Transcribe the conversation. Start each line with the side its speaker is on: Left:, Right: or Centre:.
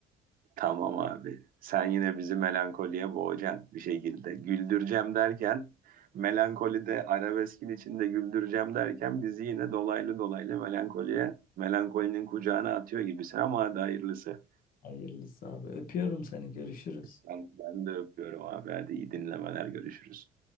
Right: Tamam abi. Sen yine bizi melankoliye boğacaksın bir şekilde. Güldüreceğim derken melankolide arabeskin içinde güldüreceğim derken bizi yine dolaylı dolaylı melankoliye melankolinin kucağına atıyor gibisin ama hadi hayırlısı.
Left: Hayırlısı abi. Öpüyorum seni. Görüşürüz.
Right: Ben, ben de öpüyorum abi. Hadi iyi dinlemeler görüşürüz.